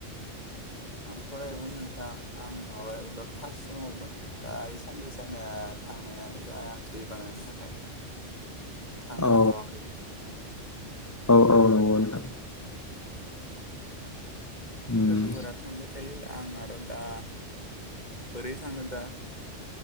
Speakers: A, on the left; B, on the left.
A: आं फरायोमोन नोंथां आं माबा एबार फार्स सेमावमोन दा इ साननैसो आंङो थांनायानो जायाखै दै बानानि थाखाय थांनो
B: औ
A: हाथ'वाखै
B: औ
A: <unintelligible>
B: औ नंगौ नोंथां उम
A: लोगोफोरा थांबाय थायो आं आरो दा बोरै थाङो दा